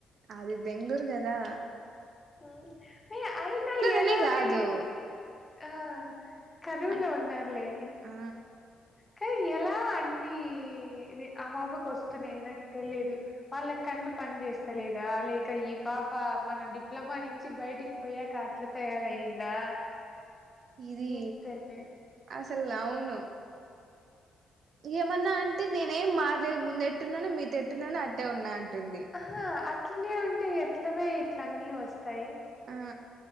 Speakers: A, on the right; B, on the left.
A: అది బెంగళూరు గదా
B: ఉమ్ ఏ అయినా ఎలా
A: అనే
B: అవి
A: కాదు
B: ఆ కరువులో
A: అ
B: ఉన్నర్లే
A: ఆ
B: కాని ఎలా అన్ని ఆ బాబాకు వస్తున్నాయి నాకు తెలిదు వాళ్ళ కన్ను పని చేేస్తా లేదా లేక ఈ పాప మనం డిప్లామా నుంచి బయటిక్ పోయాక అట్లా తయారయిందా
A: ఇది
B: ఏం తెల్లే
A: అసల్ అవును ఏమన్నా అంటే నేనేం మారలేదు ముందెట్టున్నానో మీతో ఎట్టున్నానో అట్టే ఉన్నా అంటుంది
B: ఆహా అట్లనే ఉంటే ఎట్లనే ఇట్లన్నీ వస్తాయి
A: ఆ